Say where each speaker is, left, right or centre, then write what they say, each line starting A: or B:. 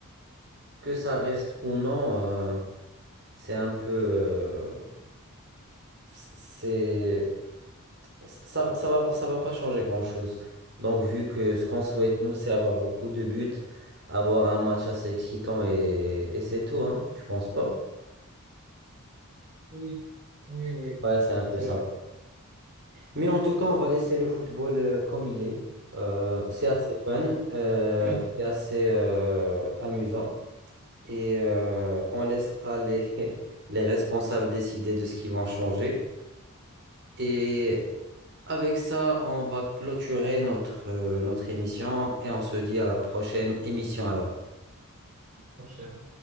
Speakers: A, on the right (about 50°); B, on the right (about 35°).
A: que ça reste ou non, euh, c'est un peu... euh, c'est... Ça, ça va, ça va pas changer grand-chose. Donc, vu que ce qu'on souhaite, nous, c'est avoir beaucoup de buts, avoir un match assez excitant et, et c'est tout, hein. Tu penses pas?
B: Oui, oui, oui,
A: Ouais, c'est un peu
B: c'est
A: ça.
B: vrai.
A: Mais en tout cas, on va laisser le football euh, comme il est. Euh, c'est assez fun, euh,
B: <laughs>
A: c'est assez euh, amusant. Et euh, on laissera les, <laughs> les responsables décider de ce qu'ils vont changer. Et Avec ça, on va clôturer notre, euh, notre émission et on se dit à la prochaine émission alors.
B: Mon cher